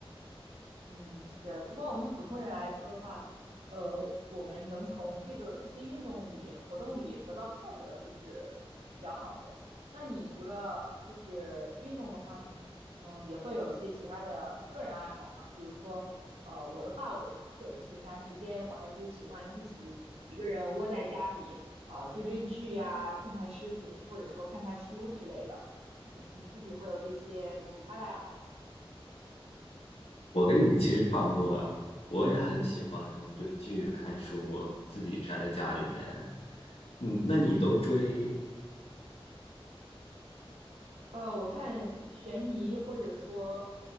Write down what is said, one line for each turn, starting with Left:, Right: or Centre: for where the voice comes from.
Right: 嗯，是。不过我们普通人来说的话，呃，我们能从这个这些运动里、活动里得到快乐，就是比较好的。那你除了就是运动的话，你嗯也会有一些其他的个人爱好嘛？比如说，呃，我的话，我个人闲暇时间，我还是喜欢自己一个人窝在家里，呃，追追剧呀、看看视频，或者说看看书之类的。你你自己会有这些其他的爱好吗？
Left: 我跟你其实差不多呀，我也很喜欢追剧、
Right: 嗯
Left: 看书，自己宅在家里面。嗯，那你都追？
Right: 嗯。嗯。呃，我看悬疑或者说